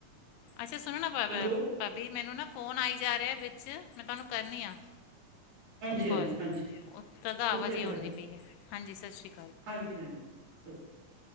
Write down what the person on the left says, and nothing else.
ਅੱਛਾ। ਸੁਣੋ ਨਾ ਬਾ ਬਾ
ਭਾਬੀ, ਮੈਨੂੰ ਨਾ। ਫੋਨ, ਆਈ ਜਾ ਰਿਹਾ ਹੈ। ਵਿੱਚ ਮੈਂ, ਤੁਹਾਨੂੰ ਕਰਨੀ ਆ।
ਕਾੱਲ
ਤਾਂ, ਤਾਂ
ਆਵਾਜ਼
ਹੀ
ਆਉਂਦੀ
ਪਈ ਏ। ਹਾਂਜੀ। ਸਤਿ ਸ੍ਰੀ-